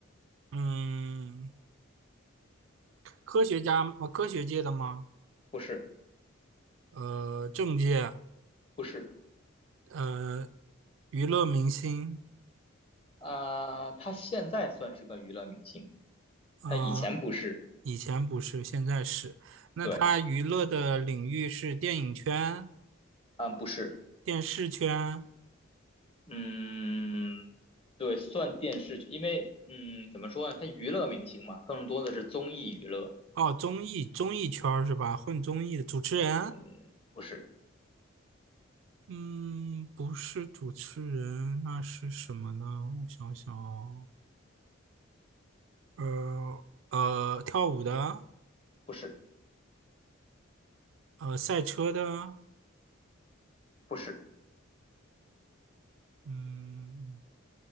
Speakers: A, on the right; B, on the left.
A: 嗯，科学家呃科学界的吗？
B: 不是，
A: 呃，政界，
B: 不是。
A: 呃，娱乐明星，
B: 啊、他现在算是个娱乐明星，
A: 呃，
B: 他以前不是，
A: 以前不是，现在是。那他娱乐的领域是电影圈、
B: 对，啊、不是，
A: 电视圈，
B: 嗯，对，算电视剧，因为，嗯，怎么说呢，他娱乐明星嘛，更多的是综艺娱乐，
A: 哦，综艺综艺圈儿是吧？混综艺的主持人。
B: 嗯，不是，
A: 嗯，不是主持人，那是什么呢？我想想哦，呃呃，跳舞的，
B: 不是，
A: 呃，赛车的，
B: 不是，
A: 嗯，